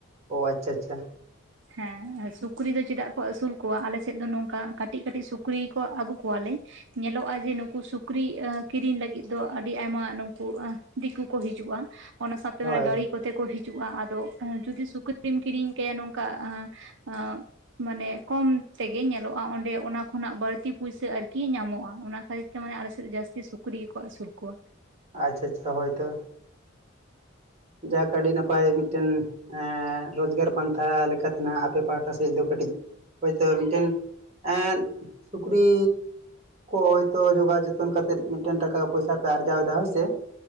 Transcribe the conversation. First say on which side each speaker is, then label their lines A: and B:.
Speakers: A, on the right; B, on the right.
A: ᱚ ᱟᱪᱪᱷᱟ ᱟᱪᱪᱷᱟ,
B: ᱦᱮᱸ ᱥᱩᱠᱨᱤ ᱫᱚ ᱪᱮᱫᱟᱜ ᱠᱚ ᱟᱹᱥᱩᱞ ᱠᱚᱣᱟ ᱟᱞᱮ ᱥᱮᱫ ᱫᱚ ᱱᱚᱝᱠᱟ ᱠᱟᱹᱴᱤᱡ ᱠᱟᱹᱴᱤᱡ ᱥᱩᱠᱨᱤ ᱠᱚ ᱟᱹᱜᱩ ᱠᱚᱣᱟ ᱞᱮ, ᱧᱮᱞᱚᱜᱼᱟ ᱡᱮ, ᱱᱩᱠᱩ ᱥᱩᱠᱨᱤ ᱠᱤᱨᱤᱧ ᱞᱟᱹᱜᱤᱫ ᱫᱚ, ᱟᱹᱰᱤ ᱟᱭᱢᱟ ᱱᱩᱠᱩ ᱫᱤᱠᱩ ᱠᱚ ᱦᱤᱡᱩᱜᱼᱟ᱾ ᱚᱱᱟ ᱥᱟᱶᱛᱮ
A: ᱦᱳᱭ
B: ᱜᱟᱹᱲᱤ ᱠᱚᱛᱮ ᱠᱚ ᱦᱤᱡᱩᱜᱼᱟ, ᱟᱫᱚ ᱡᱩᱫᱤ ᱥᱩᱠᱨᱤᱢ ᱠᱤᱨᱤᱧ ᱠᱟᱭᱟ ᱱᱚᱝ- ᱠᱟ <unintelligible> ᱢᱟᱱᱮ ᱠᱚᱢ ᱛᱮᱜᱮ ᱧᱮᱞᱚᱜᱼᱟ, ᱚᱸᱰᱮ ᱚᱱᱟ ᱠᱷᱚᱱᱟᱜ ᱵᱟᱹᱲᱛᱤ ᱯᱩᱭᱥᱟᱹ ᱟᱨᱠᱤ ᱧᱟᱢᱚᱜᱼᱟ᱾ ᱚᱱᱟ ᱦᱚᱭᱛᱚ ᱢᱟᱱᱮ ᱟᱞᱮ ᱥᱮᱫ ᱡᱟᱹᱥᱛᱤ ᱥᱩᱠᱨᱤ ᱜᱮᱠᱚ ᱟᱹᱥᱩᱞ ᱠᱚᱣᱟ᱾
A: ᱟᱪᱪᱷᱟ ᱪᱪᱪᱷᱟ ᱦᱳᱭ ᱛᱚ, ᱡᱟᱜ ᱟᱹᱰᱤ ᱱᱟᱯᱟᱭ ᱢᱤᱫᱴᱮᱱ ᱨᱳᱡᱽᱜᱟᱨ, ᱯᱟᱱᱛᱷᱟ ᱞᱮᱠᱟᱛᱮ ᱱᱟᱦᱟᱜ ᱟᱯᱮ ᱯᱟᱦᱟᱴᱟ ᱥᱮᱫ ᱫᱚ ᱠᱟᱹᱴᱤᱡ, ᱦᱚᱭᱛᱚ ᱢᱤᱫᱴᱮᱱ ᱟᱨ <unintelligible> ᱥᱩᱠᱨᱤ‌, ᱦᱚᱭᱛᱳ ᱡᱚᱜᱟᱣ ᱡᱚᱛᱚᱱ ᱠᱟᱛᱮᱫ ᱢᱤᱫᱴᱮᱱ ᱴᱟᱠᱟ ᱯᱚᱭᱥᱟ ᱯᱮ ᱟᱨᱡᱟᱣ ᱮᱫᱟ ᱦᱳᱭ ᱥᱮ᱾